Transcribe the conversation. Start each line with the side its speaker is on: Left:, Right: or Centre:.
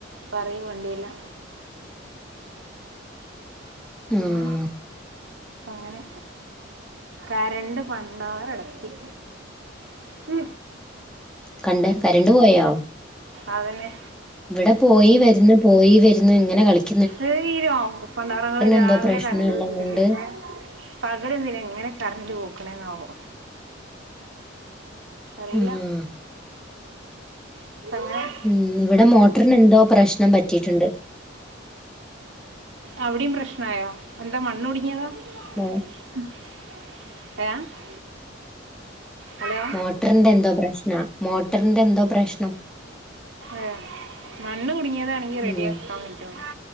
Right: പറയ വാണ്ടില്ലാ
Centre: ആഹ്
Right: ഉം അങ്ങനെ കരണ്ട് പണ്ടാറടത്തി മ്
Centre: കണ്ട് കരണ്ട് പോയോ
Right: അതന്നെ
Centre: ഇവിടെ പോയി വരുന്നു പോയി വരുന്നു ഇങ്ങനെ കളിക്കുന്നു
Right: തീരോ പണ്ടാറങ്ങൾ രാവിലെ
Centre: എന്തോ പ്രശ്നം
Right: കരണ്ട്
Centre: ഉള്ളത്
Right: വെച്ചിരിക്കുന്നെ
Centre: കൊണ്ട്
Right: പകലെന്തിനാ ഇങ്ങനെ കറണ്ട് പോക്കണന്നാവോ അറിയില്ല
Centre: ആഹ്
Right: <unintelligible>
Centre: ഉം ഇവിടെ മോട്ടറിന് എന്തോ പ്രശ്നം പറ്റിയിട്ടുണ്ട്
Right: അവിടയും പ്രശ്നായോ എന്താ മണ്ണ കുടുങ്ങിയതാ
Centre: <unintelligible>
Right: <unintelligible> ഹലോ
Centre: മോട്ടറിന്റെ എന്തോ പ്രശ്നാ മോട്ടറിന്റെ എന്തോ പ്രശ്നം
Right: ഏഹ് മണ്ണ് കുടുങ്ങിയതാണെങ്കിൽ റെഡി
Centre: ഉം
Right: ആക്കാൻ പറ്റും